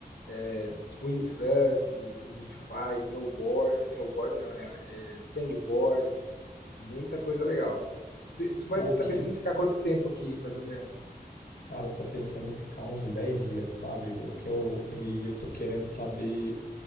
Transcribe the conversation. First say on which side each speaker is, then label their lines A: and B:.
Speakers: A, on the left; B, on the left.
A: é, windsurf, tem gente que faz, snowboard, snowboard não, né? É, sandboard, Muita coisa legal. Cê- Tu vai
B: o
A: estar
B: que,
A: pensando em ficar quanto tempo aqui, mais ou menos?
B: cara, eu tô pensando em ficar uns 10 dias, sabe? O que eu e eu tô querendo saber